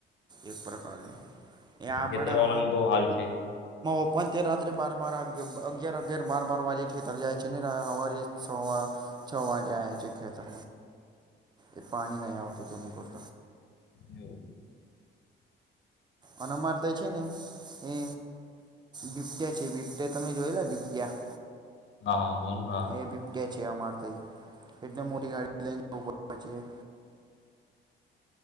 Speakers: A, on the right; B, on the left.
A: એક પ્રકારની એ આપડા
B: ખેતર વાળાની બહુ હાલ છે
A: ઓપ તે રાત્રે બાર બાર અગિયાર અગિયાર બાર બાર વાગે ખેતર જાય છે ને સવારે છ છ વાગેાય છે ખેતર એ પાણી નહીં આવતું તેની પત
B: હ
A: અનેન અમાર તો એ છે ને એ બિપટિયા જેવી, બિબટિયા તમે જોયેલા બિબટિયા
B: હા હા બોલો હા
A: એ બિબટે છે અમારે તઈ એટલે મોટી ગાડી લઈ જવું પડે બાજએ